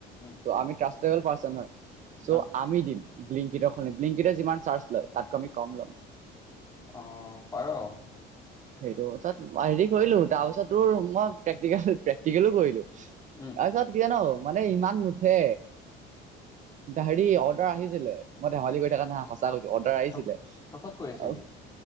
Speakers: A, on the left (about 20°); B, on the right (about 40°).
A: উম
B: আমি ত্ৰাছ। <unintelligible> পাৰ্চেট হয় চ'
A: অ
B: আমি দিম। ব্লিংকিতত বিলিংকিত্তত যিমান চাৰ্জ লয় আমি তাতকে কম ল'ম।
A: অ' পাৰ।
B: সেইটোত হেৰি কৰিলো তাৰ পাছত তোৰ মই প্ৰেক্টিকেল প্ৰেক্টিকেলো কৰিলো।
A: উম
B: তাৰপাছত কি জান। মানে ইমান নুঠে হেৰি অৰ্ডাৰ আহিছিলে মই ধেমালি কৰি থাকা নহ সঁচা কৈ। অৰ্ডাৰ আহিছিলে
A: তক তই ক'ত কৰিছিলি
B: আহ।